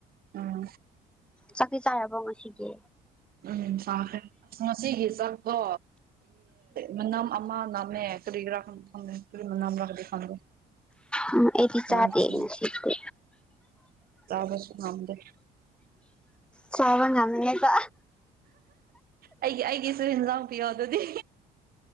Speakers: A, on the right; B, in the centre.
A: ꯎꯝ
B: ꯆꯥꯛꯇꯤ ꯆꯥꯔꯕꯣ ꯉꯁꯤꯒꯤ
A: ꯎꯝ ꯁꯥꯈ꯭ꯔꯦ ꯑ ꯉꯁꯤꯒꯤ ꯆꯥꯛꯇꯣ ꯃꯅ ꯑꯃ ꯅꯝꯃꯦ ꯀꯔꯤꯒꯤꯔ ꯈꯪꯗꯦ ꯀꯔꯤꯃ ꯅꯝ ꯔꯥꯗꯤ ꯈꯪꯗꯦ
B: ꯎꯝ ꯑꯩꯗꯤ ꯆꯥꯗ
A: ꯅꯝꯊꯤ
B: ꯁꯤꯀ
A: ꯆꯥꯕꯁꯨ ꯉꯝꯗꯦ
B: ꯆꯕ ꯉꯝꯅꯦꯕ
A: ꯑꯩꯒꯤ ꯑꯩꯒꯤꯁꯨ ꯌꯦꯟꯖꯥꯡ ꯄꯤꯌꯣ ꯑꯗꯨꯗꯤ